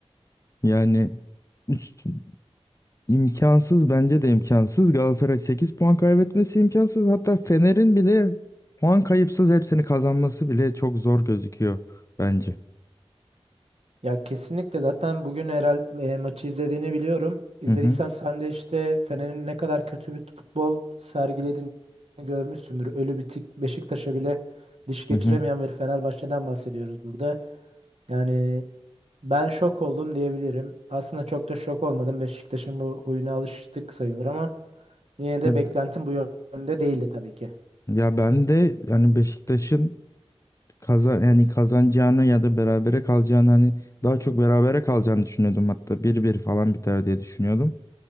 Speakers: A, on the left; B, on the right.
A: Yani üst- İmkansız bence de imkansız. Galatasaray 8 puan kaybetmesi imkansız. Hatta Fener'in bile puan kayıpsız hepsini kazanması bile çok zor gözüküyor bence.
B: Ya kesinlikle zaten bugün herhal e, maçı izlediğini biliyorum. İzlediysen
A: Hı hı
B: sen de işte Fener'in ne kadar kötü bir futbol sergilediğini görmüşsündür. Ölü bitik Beşiktaş'a bile diş geçiremeyen
A: hı hı.
B: bir Fenerbahçe'den bahsediyoruz burada. Yani ben şok oldum diyebilirim. Aslında çok da şok olmadım. Beşiktaş'ın bu huyuna alıştık sayılır ama yine de
A: Ya,
B: beklentim bu yönde değildi tabii ki.
A: ya ben de yani Beşiktaş'ın kazan yani kazanacağını ya da berabere kalacağını hani daha çok berabere kalacağını düşünüyordum hatta bir bir falan biter diye düşünüyordum.